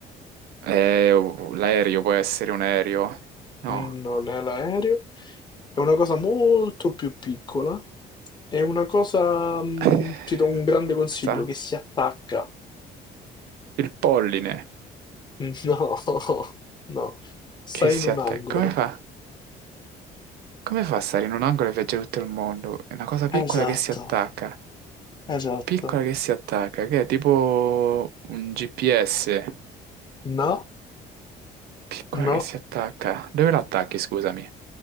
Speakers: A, on the right (about 70°); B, on the left (about 25°).
A: Eh, oh, l'aereo può essere un aereo? No.
B: Non è l'aereo. È una cosa molto più piccola, è una cosa, mm,
A: Eh,
B: ti do un grande consiglio,
A: sta
B: che si attacca.
A: il polline
B: <laughs> No, no, stai
A: che si
B: in un
A: attacca.
B: angolo.
A: Come fa? Come fa a stare in un angolo e viaggiare tutto il mondo? È una cosa piccola
B: Esatto,
A: che si attacca.
B: esatto.
A: Piccola che si attacca, che è tipo un GPS.
B: No,
A: Piccola
B: no.
A: che si attacca. Dove l'attacchi, scusami?